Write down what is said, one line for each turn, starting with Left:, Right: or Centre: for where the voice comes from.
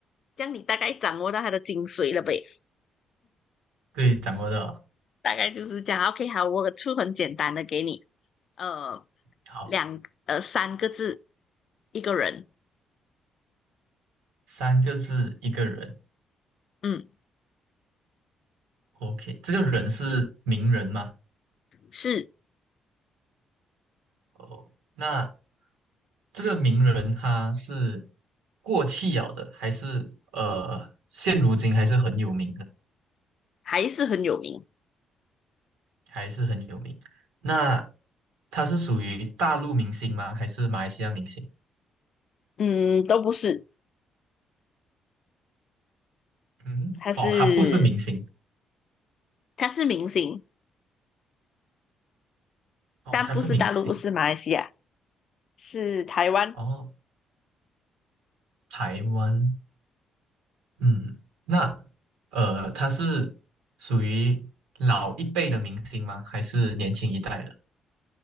Left: 这样你大概掌握到它的精髓了呗，
Right: 对，掌握到了
Left: 大概就是这样。OK，好，我出很简单的给你，呃，
Right: 好，
Left: 两呃三个字，一个人，
Right: 三个字，一个人。
Left: 嗯，
Right: OK，这个人是名人吗？
Left: 是
Right: 哦，那这个名人他是过气了的，还是呃，现如今还是很有名的，
Left: 还是很有名，
Right: 还是很有名。那他是属于大陆明星吗？还是马来西亚明星？
Left: 嗯，都不是，
Right: 嗯，
Left: 他是
Right: 哦，他不是明星，
Left: 他是明星，
Right: 哦，
Left: 但不是大陆，
Right: 他是明星。
Left: 不是马来西亚。是台湾，
Right: 哦，台湾，嗯，那呃，他是属于老一辈的明星吗？还是年轻一代的？